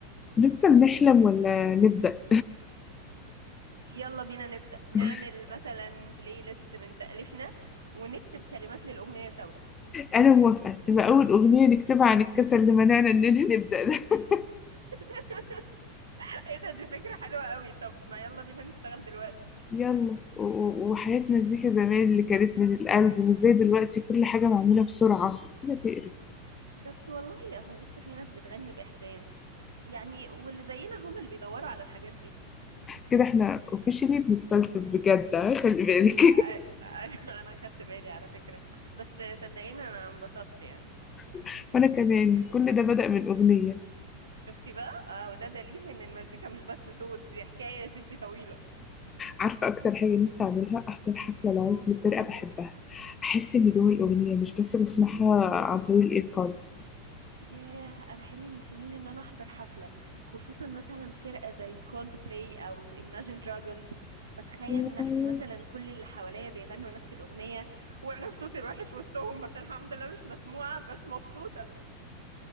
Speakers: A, on the left; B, on the right.
A: نفضل نحلم ولا نبدأ
B: يلا بينا نبدأ نعمل
A: <laughs>
B: مثلا بلاي ليست من تأليفنا ونكتب كلمات للأغنية سوا
A: أنا موافقة تبقى أول أغنية نكتبها عن الكسل اللي منعنا إننا نبدأ ده <laughs>
B: <laughs> ايه ده دي فكرة حلوة قوي طب ما يلا بينا نشتغل دلوقتي
A: يلا و- و- وحياة مزيكا زمان اللي كانت من القلب مش زي دلوقتي كل حاجة معمولة بسرعة حاجة تقرف
B: بس والله هو لسه في ناس بتغني بإحساس يعني واللي زينا هم اللي بيدوروا على الحاجات دي
A: كده احنا اوفيشلي بنتفلسف بجد آه، خلي بالك
B: أ- أ- <laughs> انا خدت بالي على فكرة بس صدقيني انا انبسطت يعني
A: <laughs> وانا كمان كل ده بدأ من أغنية
B: شفتي بقى آه، وده دليل ان المزيكا مش بس صوت دي حكاية يا ستي طويلة
A: عارفة أكتر حاجة نفسي أعملها أحضر حفلة لايف لفرقة بحبها أحس إني جوه الأغنية مش بس بسمعها عن طريق الإيربودز
B: ياه انا حلمي من سنين ان انا احضر حفله خصوصا مثلا فرقه زي كولد بلاي او Imagine Dragons بتخيل
A: وأنا
B: نفسي مثلا كل اللي حواليا بيغنوا نفس الاغنيه وانا في صوتي الوحش وسطهم بس الحمد لله مش مسموعه بس مبسوطه